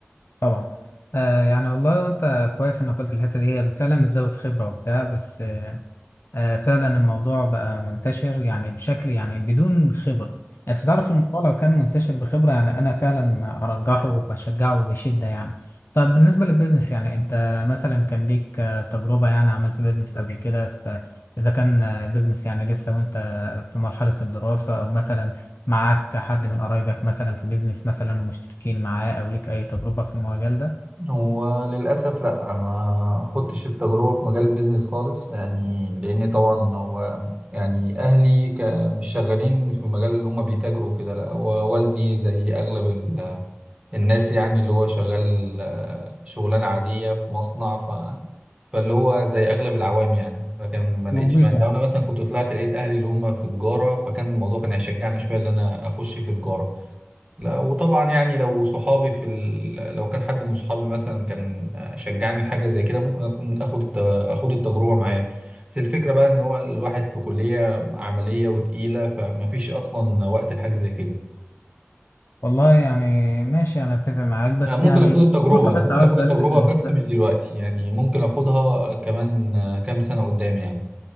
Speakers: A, on the left (about 60°); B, on the right (about 25°).
A: طبعا آه يعني والله وانت كويس انك قلت الحته دي هي فعلا بتزود خبره وبتاع بس آه، فعلا الموضوع بقى منتشر يعني بشكل يعني بدون خبرة يعني انت تعرف الموضوع لو كان منتشر بخبرة يعني انا فعلا ارجحه وبشجعه بشدة يعني طب بالنسبة للبيزنس يعني انت مثلا كان ليك آه، تجربة يعني عملت بيزنس قبل كده ف- اذا كان آه، بيزنس يعني لسه وانت في مرحلة الدراسة او مثلا معاك حد من قرايبك مثلا في بيزنس مثلا ومشتركين معاه او ليك اي تجربة في المجال ده؟
B: هو للأسف لأ ما خدتش التجربة في مجال البيزنس خالص يعني لأن طبعا هو يعني أهلي ك- مش شغالين في المجال اللي هما بيتاجروا كده لأ هو والدي زي أغلب ال- الناس يعني اللي هو شغال آه، شغلانة عادية في مصنع ف فاللي هو زي أغلب العوام يعني لكن ما لقيتش
A: وظيفة
B: لو أنا مثلا كنت طلعت لقيت أهلي اللي هما في تجارة فكان الموضوع كان هيشجعني شوية إن أنا أخش في تجارة لا وطبعا يعني لو صحابي في ال... لو كان حد من صحابي مثلا كان شجعني لحاجه زي كده ممكن اكون اخد الت... اخد التجربه معاه بس الفكره بقى ان هو الواحد في كليه عمليه وتقيله فما فيش اصلا وقت لحاجه زي كده
A: والله يعني ماشي انا اتفق معاك بس
B: لا ممكن
A: يعني
B: اخد التجربه
A: نقطة
B: ممكن
A: بس عاوز
B: اخد التجربه
A: الفت الانتباه
B: بس مش دلوقتي يعني ممكن اخدها كمان كام سنه قدام يعني